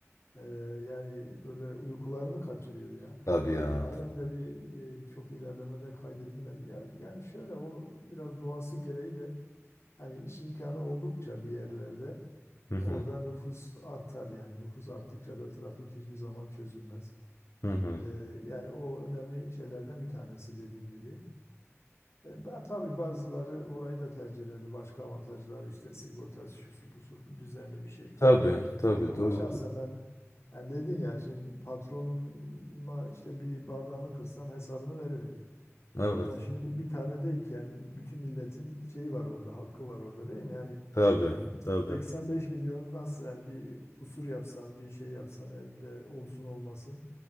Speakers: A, on the left (about 55°); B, on the left (about 75°).
A: e, yani böyle uykularını kaçırıyor ya.
B: Tabii ya.
A: Halen
B: Tabii.
A: de bir e, çok ilerlemede kaydedilmedi. Yani, yani şöyle onu biraz doğası gereği de hani iş imkanı oldukça bir yerlerde
B: Hı hı.
A: orada nüfus artar yani. Nüfus arttıkça da trafik hiçbir zaman çözülmez.
B: Hı hı.
A: E, yani o önemli şeylerden bir tanesi dediğin gibi. E, ba- tabii bazıları orayı da tercih ederdi. Başka avantajlar işte sigortası şusu busu düzenli bir şey falan.
B: Tabii, tabii
A: Ama
B: doğru.
A: şahsen ben yani dedin ya şimdi patronuma işte bir bardağını kırsam hesabını veririm.
B: Evet.
A: Ama şimdi bu bir tane değil ki yani bütün milletin şeyi var orada, hakkı var orada değil mi? Yani
B: Tabii, tabii.
A: 85 milyonun nasıl yani bir kusur yapsan, bir şey yapsan elinde olsun olmasın